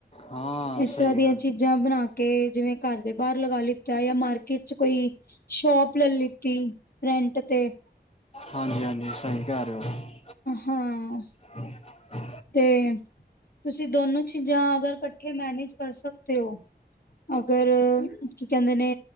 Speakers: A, on the left; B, on the left.
A: ਹਾਂ
B: ਇਸ
A: ਸਹੀ
B: ਰਾ ਦੀਆ
A: ਗੱਲ
B: ਚੀ ਜਾਂ ਬਣਾ ਕੇ ਜਿਵੇਂ ਘਰ ਦੇ ਬਾਹਰ ਲਗਾ ਲਿੱਤਾ ਜਾਂ ਮਾਰਕੀਟ ਚ ਕੋਈ ਸ਼ੋਪ ਲੈ ਲਿੱਤੀ ਰੈਂਟ ਤੇ-
A: ਹਾਂਜੀ- ਹਾਂਜੀ ਸਹੀ ਕਹਿ ਰਹੇ ਹੋ।
B: ਹਾਂ-
A: ਹਮ।
B: ਤੇ ਤੁਸੀ ਦੋਨੋ ਚੀਜਾਂ ਅਗਰ ਇਕਠੇ ਮੈਨੇਜ ਕਰ ਸਕਦੇ ਹੋ। ਅਗਰ ਕੀ ਕਹਿੰਦੇ ਨੇ